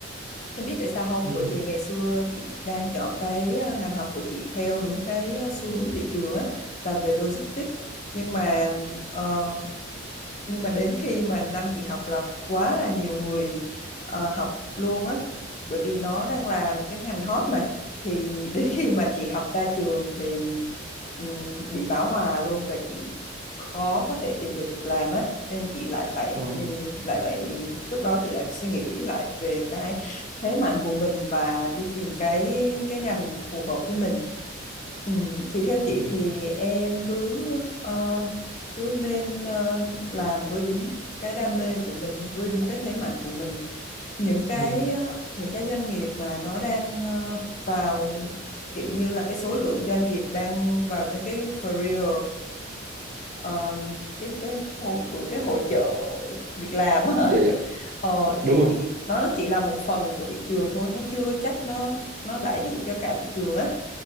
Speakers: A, on the left; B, on the right.
A: em biết tại sao không
B: ừ
A: bởi vì ngày xưa chị đang chọn cái ờ, ngành học của chị theo đúng cái ờ, xu hướng thị trường á là về logistics nhưng mà ờ, nhưng mà đến khi mà năm chị học là quá là nhiều người ờ, học luôn á bởi vì nó đang là một cái ngành hot mà thì đến khi mà chị học ra trường thì ừm, bị bão hòa luôn và chị khó có thể tìm được việc làm á cho nên chị lại phải
B: ờ,
A: ừ, lại phải lúc đó chị lại phải suy nghĩ lại về cái thế mạnh của mình và đi tìm cái cái ngành phù hợp với mình Ừ, thì theo chị
B: ừ
A: thì em cứ ờ, cứ nên ờ, làm với đúng cái đam mê của mình, với đúng cái thế mạnh của mình. Những cái
B: ừ
A: ờ, những cái doanh nghiệp mà nó đang ờ, vào kiểu như là cái số lượng doanh nghiệp đang vào trong cái career ờ, cái cái hội bữa cái hội chợ việc làm á hả?
B: dạ dạ
A: Ờ,
B: dạ,
A: thì
B: đúng rồi
A: nó nó chỉ là một phần của thị trường thôi nó chưa chắc nó nó đại diện cho cả thị trường á